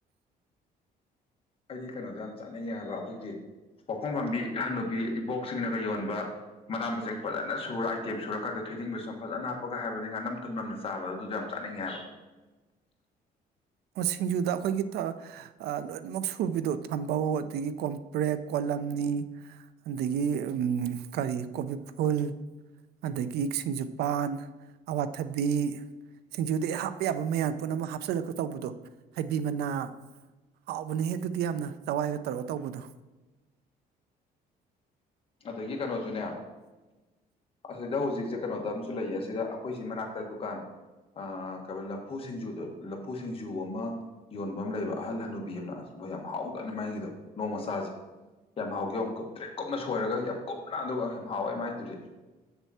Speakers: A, on the left; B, on the right.
A: ꯑꯩꯗꯤ ꯀꯩꯅꯣꯗꯣ ꯌꯥꯝ ꯆꯥꯅꯤꯡꯉꯦ ꯍꯥꯏꯕ ꯑꯩꯈꯣꯏꯒꯤ ꯄꯥꯎꯈꯨꯝ ꯐꯥꯝꯕꯤ ꯑꯍꯟ ꯍꯥꯟꯅꯨꯕꯤ ꯏꯕꯣꯛꯁꯤꯡꯅꯒ ꯌꯣꯟꯕ ꯃꯅꯥ ꯃꯁꯤꯡ ꯐꯖꯅ ꯁꯨꯔ ꯑꯥꯏꯇꯦꯝ ꯁꯨꯔꯀꯥꯟꯗ ꯊꯣꯏꯗꯤꯡꯕ ꯁꯨꯝ ꯐꯖꯅ ꯍꯥꯞꯄꯒ ꯍꯥꯏꯕꯗꯤ ꯉꯥꯅꯝ ꯊꯨꯝꯅꯝꯅ ꯆꯥꯕ ꯑꯗꯨꯗ ꯌꯥꯝ ꯆꯠꯅꯤꯡꯉꯦ ꯍꯥꯏꯕ
B: ꯁꯤꯡꯖꯨꯗ ꯑꯩꯈꯣꯏꯒꯤ ꯂꯣꯏꯅꯃꯛ ꯁꯨꯕꯤꯗꯣ ꯊꯝꯕ ꯑꯗꯒꯤ ꯀꯣꯝꯄ꯭ꯔꯦꯛ ꯀꯣꯂꯝꯅꯤ ꯑꯗꯒꯤ ꯀꯔꯤ ꯀꯣꯕꯤ ꯐꯨꯜ ꯑꯗꯒꯤ ꯢꯁꯤꯡꯖꯨꯄꯥꯟ ꯑꯋꯥꯊꯥꯕꯤ ꯁꯤꯡꯖꯨꯗꯩ ꯍꯥꯞꯄ ꯌꯥꯕ ꯃꯌꯥꯝ ꯄꯣꯠ ꯑꯃ ꯍꯥꯞꯆꯜꯂꯛꯄ ꯇꯧꯕꯗꯣ ꯍꯩꯕꯤ ꯃꯅꯥ ꯍꯥꯎꯕꯅꯍꯦ ꯑꯗꯨꯗꯤ ꯌꯥꯝꯅ ꯍꯥꯋꯥꯏꯒ ꯇꯧꯔꯒ ꯇꯧꯕꯗꯣ
A: ꯑꯗꯒꯤ ꯀꯩꯅꯣꯁꯨꯅꯦ ꯑꯁꯤꯗ ꯍꯧꯖꯤꯛꯁꯦ ꯀꯩꯅꯣꯗ ꯑꯝꯁꯨ ꯂꯩꯌꯦ ꯑꯁꯤꯗ ꯑꯩꯈꯣꯏꯁꯤ ꯃꯅꯥꯛꯇ ꯗꯨꯀꯥꯟ ꯑ ꯀꯩꯕ ꯂꯐꯨ ꯁꯤꯡꯖꯨꯗ‌ꯣ ꯂꯐꯨ ꯁꯤꯡꯖꯨ ꯑꯃ ꯌꯣꯟꯕ ꯑꯃ ꯂꯩꯕ ꯑꯍꯜ ꯍꯟꯅꯨꯕꯤ ꯑꯃꯅ ꯑꯁ ꯚꯥꯏ ꯌꯥꯝ ꯍꯥꯎꯖꯥꯠꯅꯤ ꯃꯥꯏꯒꯤꯗꯣ ꯅꯣꯡꯃ ꯆꯥꯖ‌ꯦ ꯌꯥꯝ ꯍꯥꯎꯒꯦ ꯌ‌ꯦꯡꯉꯨ ꯀꯨꯞ ꯇꯔꯦꯠ ꯀꯨꯞꯅ ꯁꯣꯏꯔꯒ ꯌꯥꯝ ꯀꯨꯞꯅ ꯑꯗꯨꯒ ꯌꯥꯝ ꯍꯥꯎꯋꯦ ꯃꯥꯏꯗꯨꯗꯤ